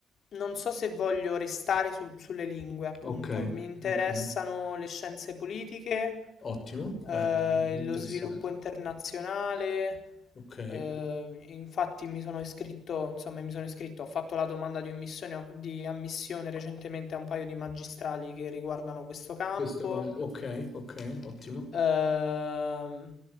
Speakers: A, on the left; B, on the left.
A: non so se voglio restare su- sulle lingue, appunto.
B: Ok,
A: Mi interessano
B: ok.
A: le scienze politiche,
B: Ottimo, bello,
A: eh,
B: bello, interessante.
A: lo sviluppo internazionale.
B: Ok,
A: eh, infatti mi sono iscritto, insomma, mi sono iscritto, ho fatto la domanda di ammissione, di ammissione recentemente a un paio di magistrali che riguardano questo campo.
B: questo qua. Ok, ok, ottimo.
A: Ehm,